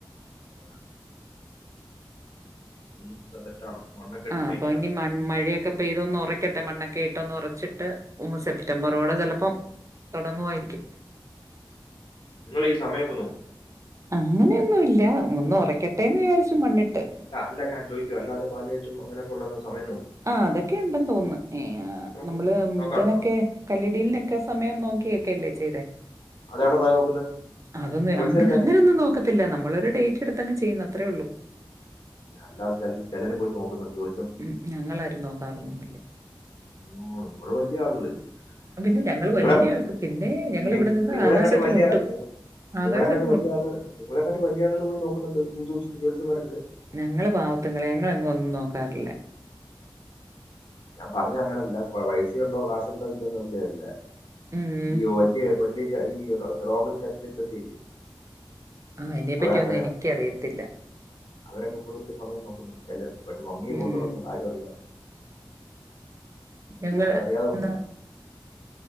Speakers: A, on the left; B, on the right.
A: ആണോ ഒന്ന് സെറ്റക്കണം മണ്ണൊക്കെ ഇട്ടുണ്ട
B: ആ അപ്പൊ
A: അയിനാത്ത്
B: ഇനി മൺ മഴയൊക്കെ പെയ്തൊന്നുറയ്ക്കട്ടെ മണ്ണൊക്കെ ഇട്ട് ഒന്ന് ഒറച്ചിട്ട് മൂന്ന് സെപ്റ്റംബറോടെ ചിലപ്പം തുടങ്ങുമായിരിക്കും
A: നിങ്ങളീ സമയമൊക്കെ നോക്കോ
B: അങ്ങനെയൊന്നുല്ല ഒന്ന് ഒറക്കട്ടെന്ന് വിചാരിച്ചു മണ്ണിട്ട്
A: അല്ല അല്ല ഞാൻ ചോയ്ക്കുവാ അല്ലതെ പാലുകാച്ചും അങ്ങനൊക്കെള്ള ഒന്ന് സമയം നോക്കുവോ
B: ആ അതൊക്കെയുണ്ടെന്ന് തോന്നുന്നു
A: നോക്ക്
B: നമ്മള്
A: നോക്കാറുണ്ടോ
B: ഇതിനൊക്കെ കല്ലടിലിനൊക്കെ സമയം നോക്കിയൊക്കെല്ലേ ചെയ്തേ
A: അതെവിടെ പോയി നോക്കുന്നത്
B: അതൊന്ന്
A: ജോത്സ്യരെ
B: അങ്ങനെ
A: തന്നെ
B: അങ്ങനെൊന്നും നോക്ക ല്ല നമ്മള ഒരുരു ഡേറ്റ് എടുങ്ങ് ചെയ്യുന്നത്ത്രേ ഉള്ളൂ
A: അല്ലാതെില ചിലര് പോയി നോക്കുന്നുോ ജോ
B: മ ഞങ്ങളരുും നോക്കാറൊന്നുമില്ല
A: ഉ നിങ്ങള് വലിയ ആളുകളല്ലേ
B: പിന്നെ ഞങ്ങള്
A: നിങ്ങളപ്പോ
B: വല്യ ആൾക്ക് പിന്നെ ഞങ്ങളിവിടെ
A: നി
B: നിന്ന്
A: നിങ്ങളെക്കാട്ടി
B: ആകാശത്ത്
A: വലിയ
B: മുട്ടും. ആകാശത്ത്
A: നിങ്ങളെക്കാട്ടും വല്യ
B: മു
A: നിങ്ങളെക്കാട്ടിം വല്യ ആളുകൾ പോയി നോക്കുന്നുണ്ട് ഹിന്ദുസിന്റെ ജ്യോസ്യൻന്മാരുടെടുക്കെ
B: ഞങ്ങള പാവത്തുങ്ങളെ ഞങ്ങളെങ്ങ ഒന്നും നോക്കാറില്ല.
A: ഞാൻ പറഞ്ഞ അങ്ങനെയല്ല പൈസയ ഉണ്ടോ കാശുണ്ടോ ഇല്ലയോന്ന അല്ലേ അല്ലേ
B: ഉം.
A: ഈ വലിയ വലിയ ജ ഈ റോമൻ കാത്തലിക്സൊക്കെ ഇല്ലേ
B: ആഹ അതിനെപ്പറ്റി
A: അവ
B: ഒന്നും
A: അവര്
B: എനിക്ക അറിയത്തില്ല
A: അവരൊക്കെ പോയിട്ട് സമയം നോക്കുന്നുണ്ട് ചിലടത്ത് പക്ഷേമ്മിയെ
B: ഉം.
A: പോത്തുള്ളൂൊന്ന് ആരും അറിയാമെ
B: ഞങ്ങള്
A: അരും അറിയാതെ പോ
B: ന്നാ